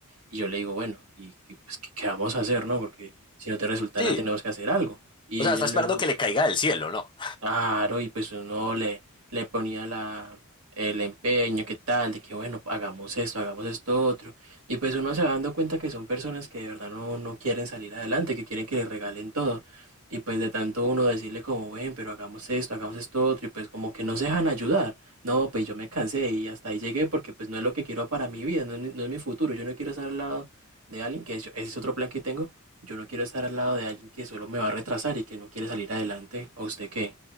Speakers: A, on the right; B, on the left.
A: Y yo le digo, bueno, ¿y y, pues, qué, qué vamos a hacer, no? Porque si no te resulta
B: Sí,
A: nada, tenemos que hacer algo. Y
B: o sea, está
A: ella
B: esperando
A: luego,
B: que le caiga del cielo, ¿no?
A: Claro, y pues uno le, le ponía la, el empeño, qué tal, de que bueno, hagamos esto, hagamos esto otro. Y pues uno se va dando cuenta que son personas que de verdad no, no quieren salir adelante, que quieren que le regalen todo. Y pues de tanto uno decirle como, ven, pero hagamos esto, hagamos esto otro, y pues como que no se dejan ayudar. No, pues yo me cansé y hasta ahí llegué porque pues no es lo que quiero para mi vida, no es, mi- no es mi futuro. Yo no quiero estar al lado de alguien, que eso- ese es otro plan que tengo. Yo no quiero estar al lado de alguien que solo me va a retrasar y que no quiere salir adelante. ¿A usted qué?